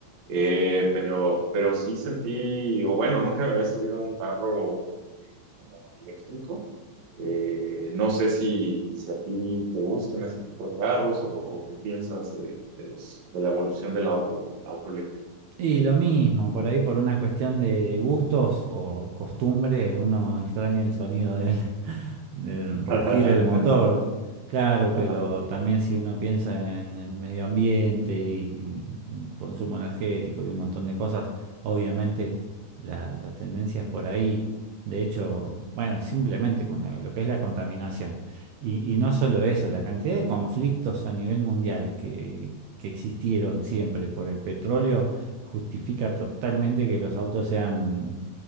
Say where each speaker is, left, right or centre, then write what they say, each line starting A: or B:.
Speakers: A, on the right; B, on the right.
A: Eh, pero, pero sí sentí, o bueno, nunca me había subido a un carro eh, como eléctrico eh, no sé si, si a ti te gustan ese tipo de carros o, o qué piensas de, de los, de la evolución del auto, el auto eléctrico,
B: Y lo mismo, por ahí por una cuestión de gustos o costumbre, uno extraña el sonido del, <laughs> del
A: <laughs>
B: rugir el motor,
A: del motor.
B: claro,
A: Ajá.
B: pero también si uno piensa en el medio ambiente y en consumo energético y un montón de cosas, obviamente la, la tendencia es por ahí. De hecho, bueno, simplemente con la- lo que es la contaminación. Y, y no solo eso, la cantidad de conflictos a nivel mundial que, que existieron siempre por el petróleo justifica totalmente que los autos sean